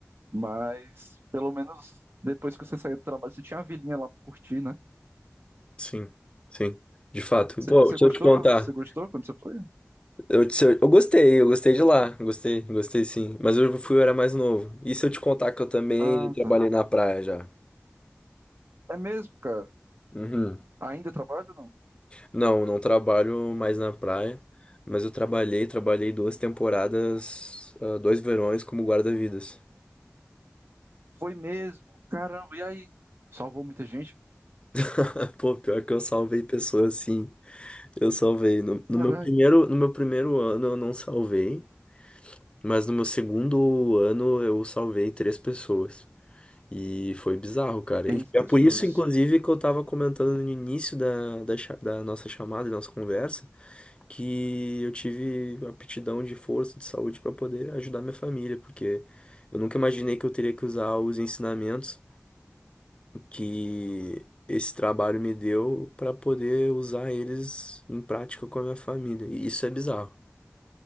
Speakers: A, on the right (about 60°); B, on the left (about 25°).
A: Mas pelo menos depois que você saiu do trabalho, você tinha a vilinha lá pra curtir, né?
B: sim, sim, de fato. Pô,
A: Você
B: deixa
A: gostou?
B: eu te contar.
A: Você gostou quando você foi?
B: Eu, te- eu, eu gostei, eu gostei de lá. Gostei, gostei sim. Mas eu fui, eu era mais novo. E se eu te contar que eu também
A: Ah,
B: trabalhei
A: tá.
B: na praia já?
A: É mesmo, cara.
B: Uhum.
A: Ainda trabalho ou não?
B: Não, não trabalho mais na praia. Mas eu trabalhei, trabalhei duas temporadas, ah, dois verões como guarda-vidas.
A: Foi mesmo. Caramba, e aí? Salvou muita gente?
B: <laughs> Pô, pior que eu salvei pessoas, sim. Eu salvei. No, no
A: Caralho,
B: meu primeiro, no meu primeiro ano eu não salvei. Mas no meu segundo ano eu salvei três pessoas. E foi bizarro, cara.
A: três
B: E
A: pessoas.
B: é por isso, inclusive, que eu tava comentando no início da, da, cha- da nossa chamada, da nossa conversa, que eu tive aptidão de força, de saúde para poder ajudar minha família, porque eu nunca imaginei que eu teria que usar os ensinamentos que esse trabalho me deu para poder usar eles em prática com a minha família. E isso é bizarro.